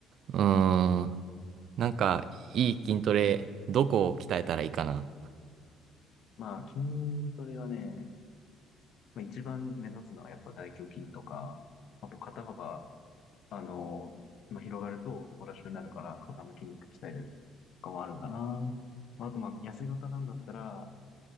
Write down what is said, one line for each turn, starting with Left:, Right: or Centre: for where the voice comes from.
Right: うーん、なんかいい筋トレ、どこを鍛えたらいいかな。
Left: まあ筋トレはね、まあ、一番目立つのはやっぱ大胸筋とか、あと肩幅、あの、まあ、広がると男らしくなるから肩の筋肉鍛えるとかもあるかな。まあ、あとまあ痩せ型なんだったら